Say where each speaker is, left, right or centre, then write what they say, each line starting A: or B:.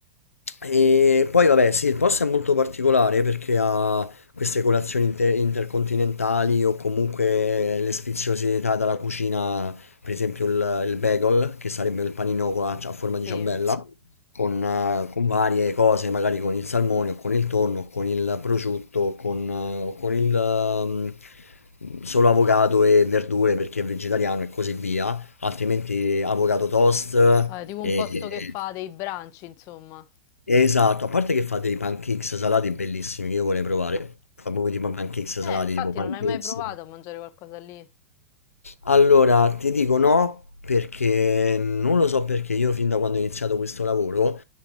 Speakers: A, on the left; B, on the left.
A: E poi vabbè, sì, il posto è molto particolare perché ha queste colazioni inter- intercontinentali o comunque le sfiziosità dalla cucina, per esempio il, il bagel, che sarebbe il panino con la- a forma
B: Sì,
A: di ciambella con, eh, con varie cose, magari con il salmone o con il tonno, o con il prosciutto, o con, eh, o con il ehm, solo avocado e verdure perché è vegetariano e così via, altrimenti avocado toast e...
B: Vabbè, tipo un posto
A: e-
B: che fa dei brunch, insomma.
A: Esatto, a parte che fate i pancakes salati bellissimi che io vorrei provare, fa proprio tipo pancakes
B: Eh,
A: salati,
B: infatti
A: tipo pancakes.
B: non hai mai provato a mangiare qualcosa lì?
A: Allora, ti dico no, perché non lo so perché io fin da quando ho iniziato questo lavoro,